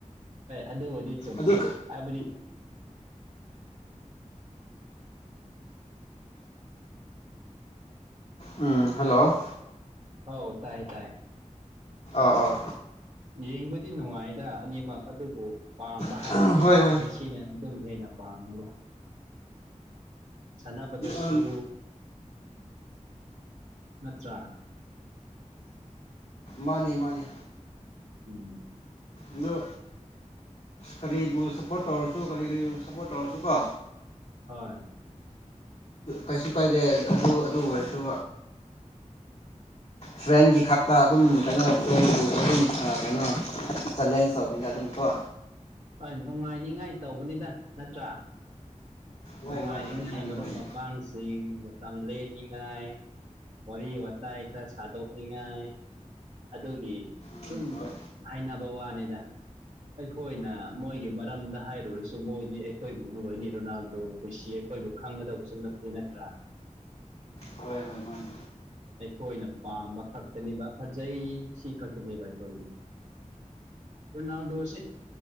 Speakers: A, on the right; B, on the left.
A: ꯑꯗꯣ ꯑꯣꯏꯗꯤ ꯆꯨꯝꯃꯦ
B: ꯑꯗꯨ
A: ꯍꯥꯏꯕꯗꯤ
B: ꯎꯝ ꯍꯜꯂꯣ
A: ꯍ ꯇꯥꯏ ꯇꯥꯏ
B: ꯑꯥ ꯑꯥ
A: ꯌꯦꯡꯕꯗꯤ ꯅꯨꯡꯉꯥꯏꯗ ꯑꯅꯤꯃꯛ ꯑꯗꯨꯕꯨ ꯄꯥꯝꯕ
B: ꯑꯥ
A: ꯍꯥꯏꯔꯗꯤ
B: ꯍꯣꯏ ꯍꯣꯏ
A: ꯃꯤꯁꯤꯅ ꯑꯗꯨꯝ ꯍꯦꯟꯅ ꯄꯥꯝꯃꯦ ꯌꯥꯏ ꯁꯂꯕꯗꯁꯨ
B: ꯎꯝ
A: ꯅꯠꯇ꯭ꯔ
B: ꯃꯥꯅꯤ ꯃꯥꯅꯤ
A: ꯎꯝ
B: ꯑꯗꯨ ꯀꯔꯤꯕꯨ ꯁꯞꯄꯣꯔꯠ ꯇꯧꯔꯁꯨ ꯀꯔꯤ ꯁꯞꯄꯣꯔꯠ ꯇꯧꯔꯁꯨ ꯀꯣ
A: ꯍꯣꯏ
B: ꯀꯩꯁꯨ ꯀꯥꯏꯗꯦ ꯑꯗꯨ ꯑꯗꯨ ꯑꯣꯏꯔꯁꯨ ꯐ꯭ꯔꯦꯟꯒꯤ ꯈꯛꯇ ꯑꯗꯨꯝ ꯀꯩꯅꯣ ꯐ꯭ꯔꯦꯟꯕꯨ ꯑꯗꯨꯝ ꯀꯩꯅꯣ ꯆꯦꯂꯦꯟꯖ ꯇꯧꯕꯅꯤꯅ ꯑꯗꯨꯝꯀꯣ
A: ꯍꯣꯏ ꯅꯨꯡꯉꯥꯏꯅꯤꯉꯥꯏ ꯇꯧꯕꯅꯤꯗ ꯅꯠꯇ꯭ꯔꯥ
B: ꯍꯣꯏ
A: ꯅꯨꯡꯉꯥꯏꯅꯤꯡꯉꯥꯏ
B: ꯍꯣꯏ ꯍꯣꯏ ꯃꯥꯅꯤ
A: ꯃꯔꯨꯞ
B: ꯃꯥꯅꯤ
A: ꯃꯄꯥꯡꯁꯤꯡ ꯂꯦꯟꯅꯤꯉꯥꯏ ꯋꯥꯔꯤ ꯋꯥꯇꯥꯏ ꯈꯔ ꯁꯥꯗꯣꯛꯅꯤꯉꯥꯏ ꯑꯗꯨꯒꯤ
B: ꯎꯝ
A: ꯑꯗꯨꯝ
B: ꯍꯣꯏ
A: ꯍꯥꯏꯅꯕ ꯋꯥꯅꯤꯗ ꯑꯩꯈꯣꯏꯅ ꯃꯣꯏꯒꯤ ꯃꯔꯝꯗ ꯍꯥꯏꯔꯨꯔꯁꯨ ꯃꯣꯏꯗꯤ ꯑꯩꯈꯣꯏꯕꯨ ꯎꯔꯣꯏꯅꯤ ꯔꯣꯅꯥꯜ ꯑꯗꯣ ꯃꯁꯤꯁꯤ ꯑꯩꯈꯣꯏꯕꯨ ꯈꯪꯒꯗꯧꯕꯁꯨ ꯅꯠꯇꯦ ꯅꯠꯇ꯭ꯔꯥ
B: ꯍꯣꯏ ꯍꯣꯏ ꯃꯥꯅꯤ
A: ꯑꯩꯈꯣꯏꯅ ꯄꯥꯝꯕ ꯈꯛꯇꯅꯦꯕ ꯐꯖꯩ ꯁꯤ ꯈꯛꯇꯅꯦꯕ ꯑꯩꯈꯣꯏꯗꯤ ꯔꯣꯅꯥꯜꯗꯣꯁꯤ